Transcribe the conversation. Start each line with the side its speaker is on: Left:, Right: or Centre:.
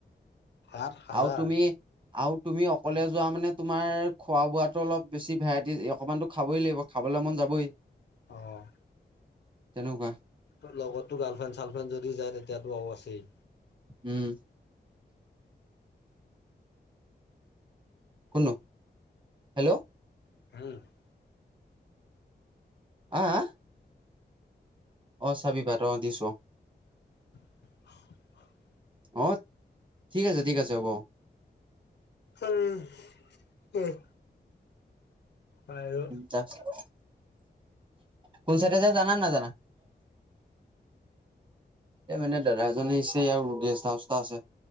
Left: সাত হাজাৰ
Right: আৰু তুমি আৰু তুমি অকলে যোৱা মানে তোমাৰ খোৱা বোৱাটো অলপ বেছি ভেৰাইটি, অকমানতো খাবই লাগিব, খাবলৈ মন যাবই।
Left: অ'
Right: তেনেকুৱা
Left: তো লগততো গাৰ্লফ্ৰেণ্ড চাৰ্লফ্ৰেণ্ড যদি যায়, তেতিয়াতো আৰু আছেই
Right: উম কোননো? হেল্ল'
Left: <inaudible>
Right: আ, আ অ চাবি পাৰ অ দিছো অ
Left: <inaudible>
Right: অঁ ঠিক আছে ঠিক আছে হ'ব
Left: উম উম হয় আৰু
Right: দাকছিলো কুন চাইডে যাই জানা নাজানা এই মানে দাদা এজনে ইছে ইয়াৰ গেষ্ট হাউচ এটা আছে